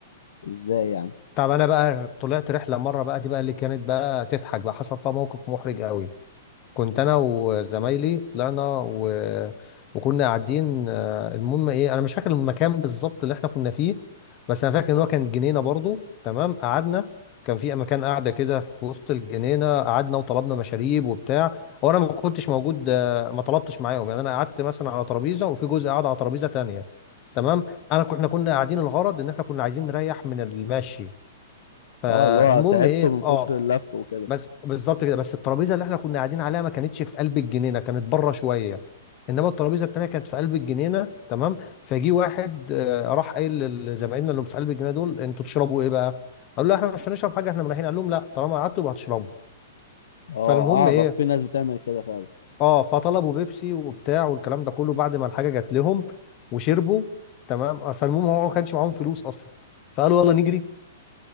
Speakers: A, on the left (about 80°); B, on the left (about 25°).
A: إزاي يعني
B: طب انا بقى طلعت رحلة مرة بقى دي بقى اللي كانت بقى تضحك بقى حصل فيها موقف محرج قوي كنت انا وزمايلي طلعنا و... وكنا قاعدين آه، المهم ايه انا مش فاكر المكان بالظبط اللي احنا كنا فيه بس انا فاكر ان هو كان جنينه برضو تمام قعدنا كان في مكان قاعده كده في وسط الجنينه قعدنا وطلبنا مشاريب وبتاع هو انا ما كنتش موجود آه، ما طلبتش معاهم يعني انا قعدت مثلا على ترابيزه وفي جزء قعد على ترابيزه تانية تمام انا كنا كنا قاعدين الغرض ان احنا كنا عايزين نريح من المشي فالمهم
A: اه اللي هو تعبته
B: ايه
A: من كتر
B: اه
A: اللف وكده
B: بس بالظبط كده بس الترابيزه اللي احنا كنا قاعدين عليها ما كانتش في قلب الجنينه كانت بره شويه انما الترابيزه التانيه كانت في قلب الجنينه تمام فجي واحد آه، راح قايل لزمايلنا اللي في قلب الجنينه دول انتوا تشربوا ايه بقى؟ قالوا له احنا مش هنشرب حاجه احنا رايحين قال لهم لا طالما قعدتوا يبقى هتشربوا
A: اه
B: فالمهم
A: أعرف
B: ايه
A: في ناس بتعمل كده فعلا
B: اه فطلبوا بيبسي وبتاع والكلام ده كله بعد ما الحاجه جات لهم وشربوا تمام فالمهم هو ما كانش معاهم فلوس اصلا فقالوا يلا نجري